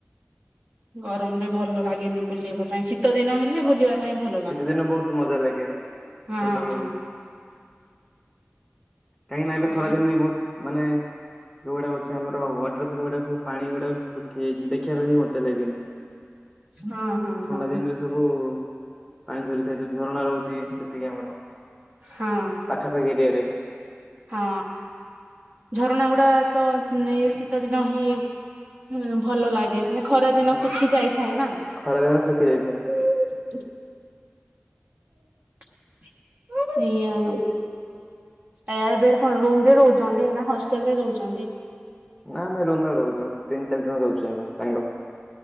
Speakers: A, on the right (about 45°); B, in the centre.
A: ଗରମରେ ଭଲ ଲାଗେନି ବୁଲିବା ପାଇଁ ଶୀତ ଦିନ ହେଲେ ବୁଲିବା ପାଇଁ ଭଲ ଲାଗ
B: ଶୀତ
A: <inaudible>
B: ଦିନ ବହୁତ ମଜା ଲାଗେ
A: ହଁ
B: ସେତେବେଳକୁ
A: ହଁ
B: କାହିଁକି ନା ଏବେ
A: ହଁ।
B: ଖରା ଦିନ ବି ବହୁତ ମାନେ ଯୋଉ ଗୁଡା ଅଛି ଆମର ୱାଟରଫଲ ଗୁଡା ସବୁ ପାଣି ଗୁଡାକ ସ ଶୁଖି ଯାଇଛି ଦେଖିବା ପାଇଁ ବି ମଜା ଲାଗେନି।
A: ହଁ ହଁ
B: ଥଣ୍ଡା
A: ହଁ
B: ଦିନରେ ସବୁ ପାଣି ଝରିଥାଏ ଯୋଉ ଝରଣା ରହୁଛି ଯେତିକି ଆମର
A: ହଁ
B: ପାଖାପାଖି ଏରିଆରେ
A: ହଁ ଝରଣା ଗୁଡା ତ ଏ ଶୀତ ଦିନ ହିଁ ହୁଁ ଭଲ ଲାଗେ ମାନେ ଖରା ଦିନ
B: ହଁ
A: ଶିଖି ଯାଇଥାଏ ନା
B: ଖରାଦିନ ଶୁଖି ଯାଇଥାଏ।
A: ହ <unintelligible> <inaudible> ସେଇଆ ଆଉ ଏ ଏବେ କଣ ରୁମ ରେ ରହୁଛନ୍ତି ନା ହଷ୍ଟେଲରେ ରହୁଛନ୍ତି।
B: ନା ଆମେ ରୁମରେ ରହୁଛୁ ତିନି ଚାରି ଜଣ ରହୁଛୁ ଆମେ ସାଙ୍ଗ